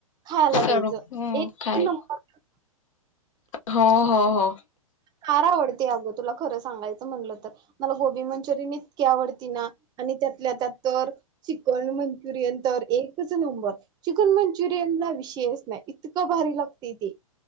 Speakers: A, on the right; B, on the left.
A: खायाला
B: स्वरूप
A: द्यायचं
B: हम्म
A: एक
B: काय
A: नंबर
B: हो हो हो
A: फार आवडते अगं तुला खरं सांगायचं म्हटलं तर मला गोबी मंचुरियन इत इतकी आवडती ना आणि त्यातल्या त्यात तर चिकन मंचुरियन तर एक नंबर चिकन मंचुरियन ला विशयच नाही इतकं भारी लागते ते